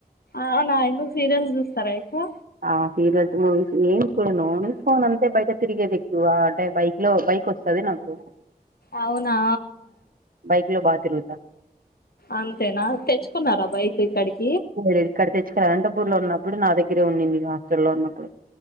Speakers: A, on the left; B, on the right.
A: అవునా ఎందుకు సీరియల్స్ చుస్తార ఎక్కువ
B: ఆ సీరియల్స్ మూవీస్ ఏన్ చూడును నికోన్ అంతే బయట తిరిగే బ ఆ అడే బైక్ లో బైక్ వస్తది నాకు
A: అవునా
B: బైక్ లో బాగా తిరుగుతా
A: అంతేనా తెచ్చుకున్నారా బైక్ ఇక్కడికి
B: దు ఇక్కడ తెచ్చు క అనంతపూర్ లో ఉన్నప్పుడు నా దగ్గరే ఉంది మీ హాస్ట లో ఉన్నప్పుడు